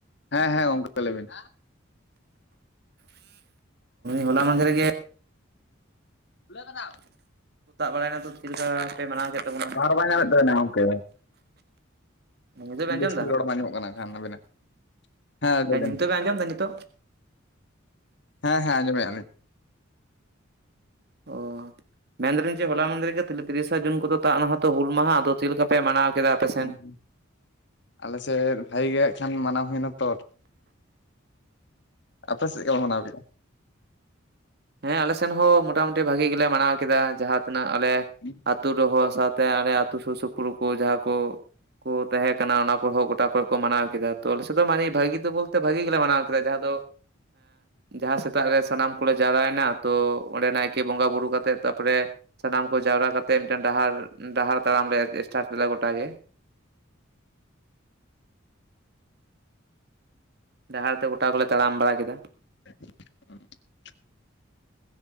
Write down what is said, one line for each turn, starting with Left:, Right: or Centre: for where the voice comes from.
Left: ᱦᱮᱸ ᱦᱮᱸ ᱜᱚᱝᱠᱮ ᱞᱟᱹᱭ ᱵᱤᱱ᱾
Right: ᱦᱚᱞᱟ ᱢᱟᱫᱷᱮᱨ ᱜᱮ
Left: <unintelligible>
Right: ᱫᱟᱜ ᱵᱟᱲᱟᱭᱮᱱᱟ ᱛᱚ ᱪᱮᱫ ᱞᱮᱠᱟ ᱯᱮ ᱢᱟᱱᱟᱣ ᱠᱮᱫ ᱛᱟᱵᱚᱱᱟ?
Left: ᱴᱟᱣᱟᱨ ᱵᱟᱭ ᱧᱟᱢᱮᱫ ᱛᱟ. ᱵᱤᱱᱟ ᱜᱚᱢᱠᱮ᱾
Right: ᱱᱤᱛᱚᱜ ᱵᱮᱱ
Left: ᱵᱮᱥᱤ
Right: ᱟᱸᱡᱚᱢ ᱮᱫᱟ
Left: ᱨᱚᱲ ᱵᱟᱝ ᱟᱸᱡᱚᱢᱚᱜ ᱠᱟᱱᱟ ᱟᱠᱷᱟᱱ ᱟᱹᱵᱤᱱᱟᱜ ᱦᱮᱸ ᱞᱟᱹᱭ ᱵᱤᱱ,
Right: ᱱᱤᱛᱚᱜ ᱵᱮᱱ ᱟᱸᱡᱚᱢ ᱮᱫᱟ ᱱᱤᱛᱚᱜ
Left: ᱦᱮᱸᱻᱦᱮᱸᱻ ᱟᱸᱡᱚᱢᱮᱫᱟ ᱞᱤᱧ᱾
Right: ᱚ ᱢᱮᱱᱫᱟᱞᱤᱧ ᱡᱮ ᱦᱚᱞᱟ ᱢᱟᱦᱫᱮ ᱨᱮᱜᱮ ᱛᱤᱨᱤᱥᱟ ᱡᱩᱱ ᱠᱚᱫᱚ ᱛᱟᱜ ᱱᱟᱦᱚᱸ ᱦᱩᱞ ᱢᱟᱦᱟ ᱟᱫᱚ ᱪᱮᱫ ᱞᱮᱠᱟ ᱯᱮ ᱢᱟᱱᱟᱣ ᱠᱮᱫᱟ ᱟᱯᱮ ᱥᱮᱱ?
Left: ᱦᱮᱸ ᱟᱞᱮ ᱥᱮᱫ ᱵᱷᱟᱜᱤ ᱜᱮ ᱟᱠᱷᱟᱱ ᱢᱟᱱᱟᱣ ᱦᱩᱭᱮᱱᱟ ᱛᱚ᱾ ᱟᱯᱮ ᱪᱮᱫ ᱞᱮᱠᱟ ᱯᱮ ᱢᱟᱱᱟᱣ ᱠᱮᱫᱟ?
Right: ᱦᱮᱸ ᱟᱞᱮ ᱥᱮᱱ ᱦᱚᱸ ᱢᱚᱴᱟᱢᱩᱴᱤ ᱵᱷᱟᱜᱤ ᱜᱮᱞᱮ ᱢᱟᱱᱟᱣ ᱠᱮᱫᱟ ᱡᱟᱦᱟᱸ ᱛᱤᱱᱟᱹᱜ ᱟᱞᱮ
Left: <unintelligible>
Right: ᱟᱹᱛᱩ ᱨᱮᱦᱚ ᱥᱟᱶᱛᱮ ᱟᱞᱮ ᱟᱹᱛᱩ ᱥᱩᱨ ᱥᱩᱯᱩᱨ ᱠᱚ ᱡᱟᱦᱟᱸ ᱠᱚ ᱠᱚ ᱛᱟᱦᱮᱸ ᱠᱟᱱᱟ ᱚᱱᱟ ᱠᱚᱦᱚᱸ ᱜᱚᱴᱟ ᱢᱟᱱᱟᱣ ᱠᱮᱫᱟ ᱛᱚ ᱟᱞᱮᱥᱮᱫ ᱫᱚ ᱢᱟᱱᱮ ᱵᱷᱟᱹᱜᱤ ᱫᱚ ᱵᱚᱞᱛᱮ ᱵᱷᱟᱹᱜᱤ ᱜᱮᱞᱮ ᱢᱟᱱᱟᱣ ᱠᱮᱫ ᱡᱟᱦᱟᱸ ᱫᱚᱸ ᱡᱟᱦᱟᱸ ᱥᱮᱛᱟᱜ ᱨᱮ ᱥᱟᱱᱟᱢ ᱠᱚᱞᱮ ᱡᱟᱣᱟᱭᱮᱱᱟ, ᱛᱚ ᱚᱸᱰᱮ ᱱᱟᱭᱠᱮ ᱵᱚᱸᱜᱟ ᱵᱩᱨᱩ ᱠᱟᱛᱮᱜ ᱛᱟᱯᱚᱨᱮ ᱥᱟᱱᱟᱢ ᱠᱚ ᱡᱟᱣᱨᱟ ᱠᱟᱛᱮᱫ ᱢᱤᱫᱴᱟᱝ ᱰᱟᱦᱟᱨᱼᱰᱟᱦᱟᱨ ᱛᱟᱲᱟᱢ ᱞᱮ ᱮᱥᱴᱟᱨᱴ ᱠᱮᱫᱟ ᱜᱚᱴᱟ ᱜᱮ᱾ ᱰᱟᱦᱟᱨ ᱛᱮ ᱜᱚᱴᱟ ᱠᱚᱞᱮ ᱛᱟᱲᱟᱢ ᱵᱟᱲᱟ ᱠᱮᱫᱟ᱾
Left: <unintelligible>